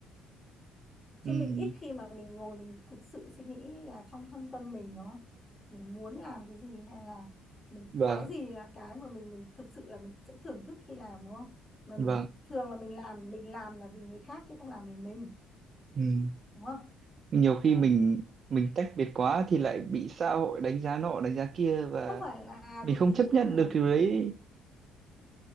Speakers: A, on the left; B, on the right.
A: chứ
B: ừ,
A: mình ít khi mà mình ngồi mình thực sự suy nghĩ là trong thâm tâm mình đúng không mình muốn làm cái gì hay là mình
B: vâng
A: cái gì là cái mà mình mình thực sự là mình sẽ thưởng thức khi làm đúng không mà mình
B: vâng
A: thường là mình làm mình làm là vì người khác chứ không làm vì mình
B: ừ.
A: đúng không
B: nhiều khi
A: đó
B: mình mình tách biệt quá thì lại bị xã hội đánh giá nọ đánh giá kia và
A: không phải là
B: mình
A: bị
B: không chấp nhận
A: không phải
B: được
A: là bị
B: điều đấy